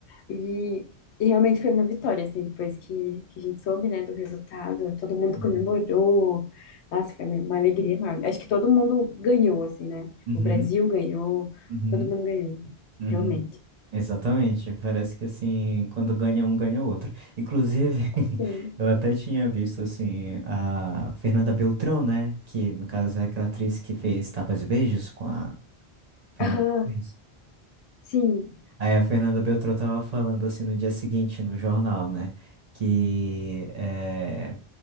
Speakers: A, on the left; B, on the right.
A: e, e realmente foi uma vitória, assim, depois que, que a gente soube, né, do resultado, todo mundo
B: Uhum.
A: comemorou. Nossa, foi uma alegria enorme. Acho que todo mundo ganhou, assim, né? Tipo,
B: Uhum.
A: o Brasil ganhou,
B: Uhum.
A: todo mundo ganhou,
B: Uhum.
A: realmente.
B: Exatamente. Parece que assim, quando ganha um, ganha outro. Inclusive, <laughs>
A: Sim.
B: eu até tinha visto assim a Fernanda Beltrão, né? Que no caso é aquela atriz que fez Tapas e Beijos com a Fernanda
A: Aham,
B: Torres.
A: sim.
B: Aí a Fernanda Beltrão tava falando assim no dia seguinte no jornal, né? Que é...